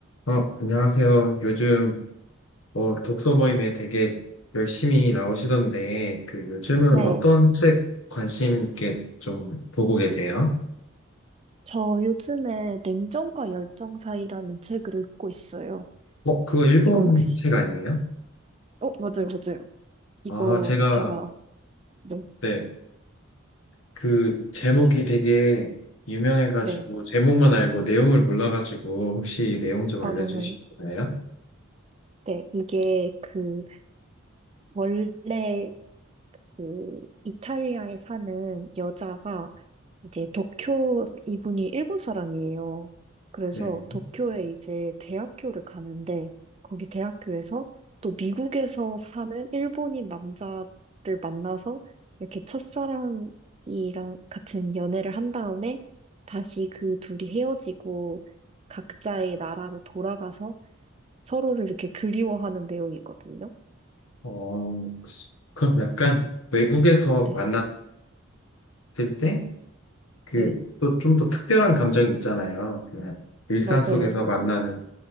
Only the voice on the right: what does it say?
네,
저 요즘에 냉정과 열정 사이라는 책을 읽고 있어요.
이거 혹시,
어, 맞아요, 맞아요. 이거
제가, 네,
시- 시-
네,
아,
정말. 네, 이게 그, 원래 그 이탈리아에 사는 여자가 이제 도쿄 이분이 일본 사람이에요. 그래서
도쿄에 이제 대학교를 가는데 거기 대학교에서 또 미국에서 사는 일본인 남자를 만나서 이렇게 첫사랑이랑 같은 연애를 한 다음에 다시 그 둘이 헤어지고 각자의 나라로 돌아가서 서로를 이렇게 그리워하는 내용이거든요.
네,
네,
맞아요,
맞아요,